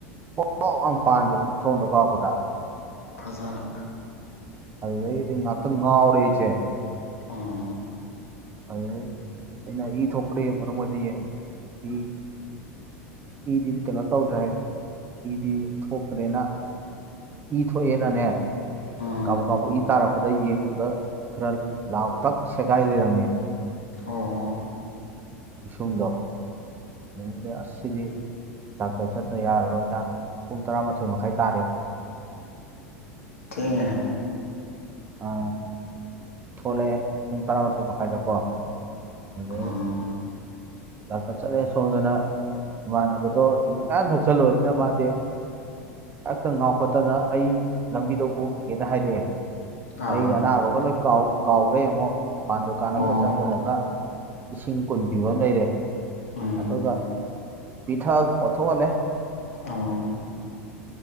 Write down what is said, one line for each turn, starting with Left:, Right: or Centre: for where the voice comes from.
Right: ꯐꯣꯛꯅ ꯄꯥꯟꯕꯅꯤ ꯊꯣꯡꯗꯣ ꯀꯥꯎꯔꯛꯄꯗ
Left: ꯐꯖꯔꯦ
Right: ꯑꯗꯨꯗꯩꯗꯤ ꯉꯥꯇꯪ ꯉꯥꯎꯔꯦ ꯑꯩꯁꯦ
Left: ꯑꯣ
Right: ꯑꯗꯨꯗꯩ ꯑꯩꯅ ꯏ ꯊꯣꯛꯄ꯭ꯔ ꯌꯦꯡꯎꯅ ꯃꯣꯏꯗ ꯌꯦꯡꯉꯦ ꯏ ꯏꯗꯤ ꯀꯩꯅꯣ ꯇꯧꯗ꯭ꯔꯦ ꯏꯗꯤ ꯊꯣꯛꯇ꯭ꯔꯦꯅ ꯏ ꯊꯣꯛꯑꯦꯅꯅꯦ
Left: ꯎꯝ
Right: ꯀꯕꯛ ꯀꯕꯛ ꯏ ꯇꯥꯔꯛꯄ ꯑꯗꯩ ꯌꯦꯡꯉꯨꯕꯗ ꯈꯔ ꯂꯥꯎꯇꯛ ꯁꯦꯒꯥꯏ ꯂꯩꯔꯝꯃꯦ
Left: ꯑꯣ
Right: ꯄꯤꯁꯨꯝꯗꯣ <unintelligible> ꯑꯁ ꯁꯤꯗꯤ ꯗꯥꯛꯇꯔ ꯆꯠꯇ ꯌꯥꯔꯔꯣꯏꯅ ꯄꯨꯡ ꯇꯔꯥꯃꯥꯊꯣꯏ ꯃꯈꯥꯏ ꯇꯥꯔꯦ
Left: ꯊꯦꯡꯉꯦꯍꯦ
Right: ꯑꯥ ꯊꯣꯂꯛꯑꯦ ꯄꯨꯡ ꯇꯔꯥꯃꯥꯊꯣꯏ ꯃꯈꯥꯏꯗꯀꯣ ꯑꯗꯩ
Left: ꯎꯝ
Right: ꯗꯥꯛꯇꯔ ꯆꯠꯂꯦ ꯁꯣꯝꯗꯅ ꯏꯃꯥꯟꯅꯕꯗꯣ ꯌꯨ ꯃꯌꯥꯝ ꯊꯛꯆꯜꯂꯨꯔꯃꯤꯅ ꯃꯥꯗꯤ ꯑ ꯍꯦꯛꯇ ꯉꯥꯎꯈꯠꯇꯅ ꯑꯩ ꯂꯝꯕꯤꯗ ꯑꯣꯒꯤꯒꯦꯅ ꯍꯥꯏꯔꯛꯑꯦ
Left: ꯑꯥ
Right: ꯑꯩ ꯑꯅꯥꯕꯒ ꯂꯣꯏ ꯀꯥꯎ ꯀꯥꯎꯒꯦ ꯑꯃꯨꯛ ꯃꯄꯥꯟ ꯗꯨꯀꯥꯟ
Left: ꯑꯣ
Right: ꯑꯝꯗ ꯆꯪꯖꯜꯂꯒ ꯏꯁꯤꯡ ꯀꯨꯟ ꯄꯤꯕ ꯑꯃ ꯂꯩꯔꯦ
Left: ꯎꯝ
Right: ꯑꯗꯨꯒ ꯄꯤꯊꯛ ꯑꯣꯊꯣꯛꯍꯜꯂꯦ
Left: ꯑꯣ